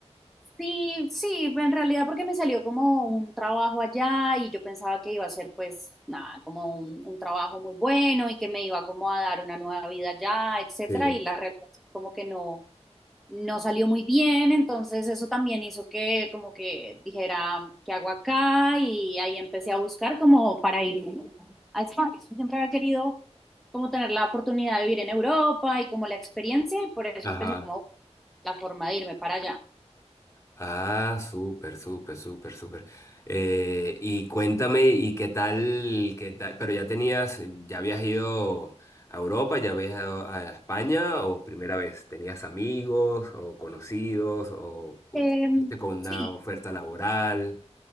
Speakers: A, in the centre; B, on the left (about 25°).
A: Sí, sí, en realidad porque me salió como un trabajo allá y yo pensaba que iba a ser pues nada, como un, un trabajo muy bueno y que me iba como a dar una nueva vida allá, etcétera,
B: Sí.
A: y la realidad es que como que no, no salió muy bien, entonces eso también hizo que como que dijera, ¿qué hago acá? Y ahí empecé a buscar como para ir a España. Siempre había querido como tener la oportunidad de vivir en Europa y como la experiencia y por eso
B: Ajá.
A: empecé como la forma de irme para allá.
B: Ah, súper, súper, súper, súper. Eh, y cuéntame, ¿y qué tal, qué tal? Pero ya tenías, ya habías ido a Europa, ya habías ido a España, o primera vez, ¿tenías amigos o conocidos o
A: Em,
B: fuiste con una
A: Sí,
B: oferta laboral?